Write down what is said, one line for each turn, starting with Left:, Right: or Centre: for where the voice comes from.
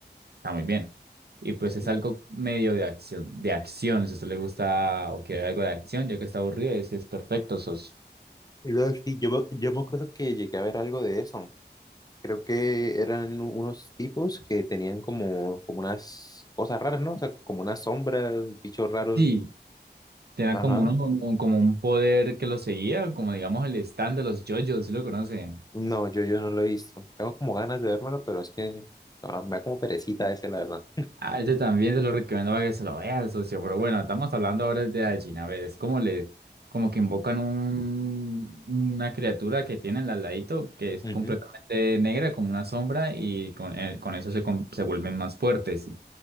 Right: está muy bien. Y pues es
Left: Y-
Right: algo medio de acción, de acción, si a usted le gusta o quiere algo de acción, ya que está aburrido, es, es perfecto, sos.
Left: y luego sí, yo, me- yo me acuerdo que llegué a ver algo de eso. Creo que eran unos tipos que tenían como, como unas cosas raras, ¿no? O sea, como unas sombras, bichos raros.
Right: Sí, Tenía
Left: Ajá.
Right: como, uno, como como un poder que lo seguía, como digamos el stand de los JoJos, si lo conocen.
Left: No, yo, yo no lo he visto. Tengo como ganas de verlo pero es que ah, me da como perecita ese, la verdad.
Right: Ah, ese también se lo recomiendo para que se lo vean, socio. Pero bueno, estamos hablando ahora de Ajin. A ver, es como le, como que invocan un, una criatura que tienen al ladito, que es
Left: Ujú,
Right: completamente negra, como una sombra, y con, eh, con eso se, con- se vuelven más fuertes.